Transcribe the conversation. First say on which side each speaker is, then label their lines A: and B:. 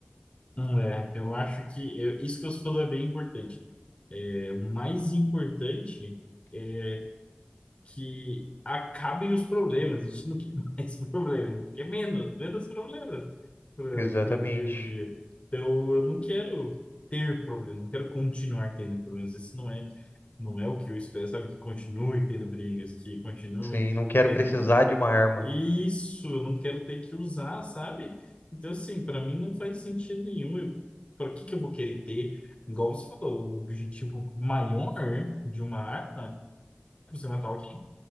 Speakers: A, on the left; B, on the left.
A: hum, é, eu acho que eu- isso que você falou é bem importante. É, o mais importante é que acabem os problemas. A gente não quer <laughs> mais problemas, a gente quer menos, menos problemas pro,
B: Exatamente.
A: pro dia a dia. Então, eu não quero ter problemas, não quero continuar tendo problemas. Esse não é, não é o que eu espero, sabe? Que continue tendo brigas, que continue
B: Sim, não quero
A: tendo.
B: precisar de uma arma.
A: Isso, eu não quero ter que usar, sabe? Então, assim, para mim não faz sentido nenhum. Eu, para que que eu vou querer ter? Igual você falou, o objetivo maior de uma arma é você matar alguém